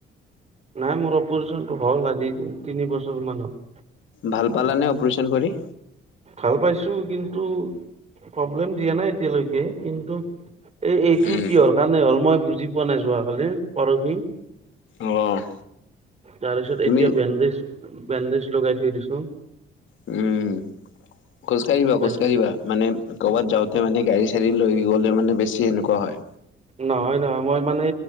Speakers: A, on the right; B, on the left.
A: নাই মোৰ অপাৰেচন টো হ'ল আজি তিনি বছৰ মানত।
B: ভাল পালানে অপাৰেচন কৰি।
A: ভাল পাইছো কিন্তু প্ৰব্লেম দিয়া নাই এতিয়ালৈকে কিন্তু এই এইটো
B: উম।
A: কিহৰ কাৰণে হ'ল? মই বুজি পোৱা নাই যোৱাকালি পৰহি
B: অ',
A: তাৰপিছত
B: তুমি
A: এতিয়া বেণ্ডেজ বেণ্ডেজ লগাই থৈ দিছো।
B: উম। খোজ কঢ়িবা
A: বেন
B: খোজ কঢ়িবা মানে ক'ৰবাত যাওঁতে মানে গাড়ী চাড়ী লৈ গ'লে মানে বেছি সেনেকুৱা হয়।
A: নহয় নহয় মই মানে